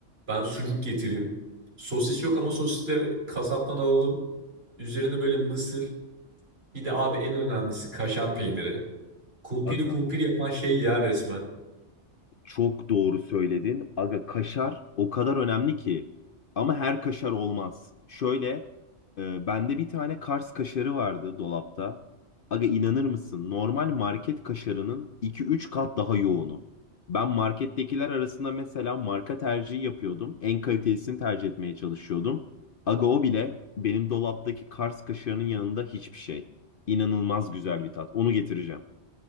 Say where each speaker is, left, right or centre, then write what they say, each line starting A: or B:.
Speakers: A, on the right; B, on the left.
A: Ben sucuk getireyim. Sosis yok ama sosis de kasaptan alalım. Üzerine böyle mısır. Bir de abi en önemlisi kaşar peyniri. Kumpiri
B: Aga.
A: kumpir yapan şey ya resmen.
B: Çok doğru söyledin. Aga kaşar o kadar önemli ki. Ama her kaşar olmaz. Şöyle e, bende bir tane Kars kaşarı vardı dolapta. Aga inanır mısın? Normal market kaşarının iki üç kat daha yoğunu. Ben markettekiler arasında mesela marka tercihi yapıyordum. En kalitesini tercih etmeye çalışıyordum. Aga o bile benim dolaptaki Kars kaşarının yanında hiçbir şey. İnanılmaz güzel bir tat. Onu getireceğim.